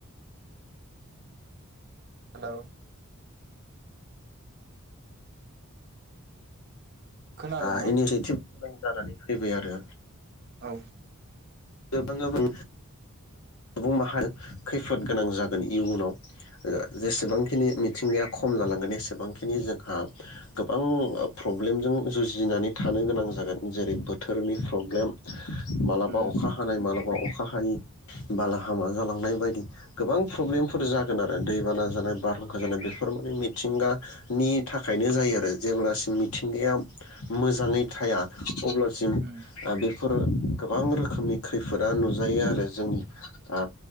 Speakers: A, on the right (about 45°); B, on the left (about 70°).
A: हेलौ खोनादोंना
B: आ इनिथि थिब गोनां जानानै फैबाय आरो
A: औ
B: गोबां बां सुबुं माहार खैफोद गोनां जागोन इयुनाव जेसेबांखिनि मिथिंगाया खम जालांगोन एसेबांखिनि जोंहा गोबां प्रब्लेमजों जुजिनानै थानो गोनां जागोन जेरै बोथोरनि प्रब्लेम मालाबा
A: उम
B: अखा हानाय माला बा अखा हायि बालाहामा जालांनाय बायदि गोबां प्रब्लेमफोर जागोन आरो दैबाना जानाय बारहुंखा जानाय बेफोर माने मिथिंगानि थाखायनो जायो आरो जेब्लासिम मिथिंगाया मोजाङै थाया अब्लासिम
A: उम
B: आ बे फोर गोबां रोखोमनि खैफोदा नुजायो आरो जोंनि आ